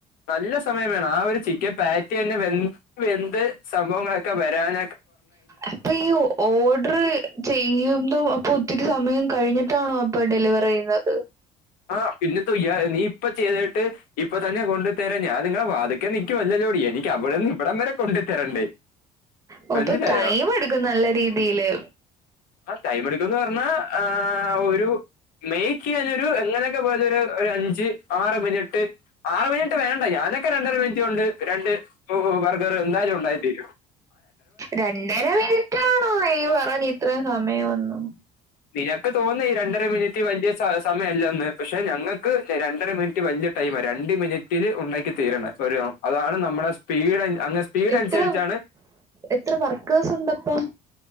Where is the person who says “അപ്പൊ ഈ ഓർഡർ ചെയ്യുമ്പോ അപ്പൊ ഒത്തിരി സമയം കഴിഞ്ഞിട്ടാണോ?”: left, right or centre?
Right